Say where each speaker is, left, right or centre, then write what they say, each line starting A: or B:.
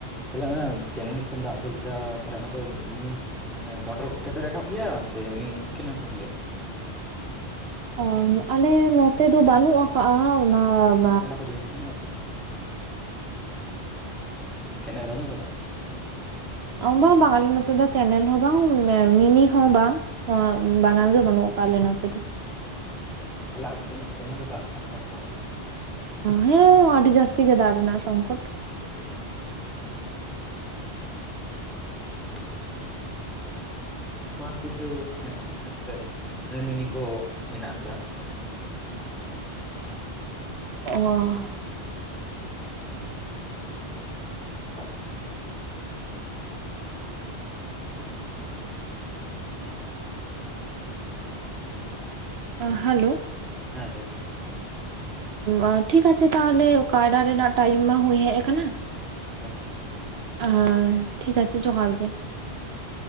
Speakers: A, in the centre; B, on the right.
A: ᱛᱟᱦᱚᱞᱮ ᱚᱱᱟ ᱠᱮᱱᱮᱞ ᱠᱷᱚᱱ ᱫᱟᱜ ᱫᱚ ᱡᱮᱴᱟ ᱛᱟᱦᱚᱞᱮ ᱚᱱᱟ ᱫᱚ ᱮᱢᱱᱤ ᱢᱟᱱᱮ ᱢᱚᱴᱚᱨ ᱠᱚᱛᱮᱯᱮ ᱨᱟᱠᱟᱵ ᱜᱮᱭᱟ ᱥᱮ ᱮᱢᱱᱤ ᱩᱱ ᱠᱤ ᱠᱷᱚᱱ ᱜᱮ
B: ᱟ ᱟᱞᱮ ᱱᱚᱛᱮ ᱫᱚ ᱵᱟᱹᱱᱩᱜ ᱟᱠᱟᱜ-ᱟ ᱚᱱᱟᱵ
A: ᱚᱱᱟ ᱠᱚ ᱡᱤᱱᱤᱥ ᱵᱟᱹᱱᱩᱜ-ᱟ ᱠᱮᱱᱮᱞ ᱵᱟᱱᱩᱜ ᱠᱟᱫᱟ?
B: ᱵᱟᱝ ᱵᱟᱝ ᱟᱞᱮ ᱱᱚᱛᱮ ᱫᱚ ᱠᱮᱱᱮᱞ ᱦᱚᱸ ᱵᱟᱝ ᱢᱤᱱᱤ ᱦᱚᱸ ᱵᱟᱝ ᱟ ᱵᱟᱱᱟᱨ ᱜᱮ ᱵᱟᱹᱱᱩᱜ ᱠᱟᱜ ᱟᱞᱮ ᱱᱚᱛᱮ ᱫᱚ᱾
A: ᱛᱦᱟᱞᱮ <unintelligible> ᱥᱮᱜ ᱢᱟᱥᱮ ᱫᱚᱢᱮᱜᱮ ᱫᱟᱜ ᱨᱮᱱᱟᱜ ᱥᱚᱝᱠᱚᱴ᱾
B: ᱦᱮᱸ ᱟᱹᱰᱤ ᱡᱟᱹᱥᱛᱤ ᱜᱮ ᱫᱟᱜ ᱨᱮᱱᱟᱜ ᱥᱚᱝᱠᱚᱴ᱾
A: ᱟᱞᱮ‌ ᱥᱮᱫ <inaudible> ᱢᱟᱴ ᱠᱤᱪᱷᱩ ᱢᱟᱱᱮ ᱚᱱᱟ ᱠᱟᱛᱮ ᱢᱤᱱᱤ ᱠᱚ ᱢᱮᱱᱟᱜ ᱠᱟᱫᱟ᱾
B: ᱚ᱾
A: <unintelligible> ᱥᱮᱛᱟᱜ ᱵᱮᱲᱟ
B: ᱟ ᱦᱟᱞᱳ᱾
A: ᱦᱮᱸ ᱞᱟᱹᱭ ᱵᱤᱱ᱾
B: ᱟ ᱴᱷᱤᱠ ᱟᱪᱷᱮ ᱛᱟᱦᱚᱞᱮ ᱠᱟᱭᱨᱟ ᱨᱮᱱᱟᱜ ᱴᱟᱭᱤᱢ ᱢᱟ ᱦᱩᱭ ᱦᱮᱡ ᱠᱟᱱᱟ᱾
A: ᱦᱳᱭ ᱦᱳᱭ᱾
B: ᱟ ᱴᱷᱤᱠ ᱟᱪᱷᱮ ᱡᱚᱦᱟᱨ ᱜᱮ᱾
A: ᱦᱮᱸ᱾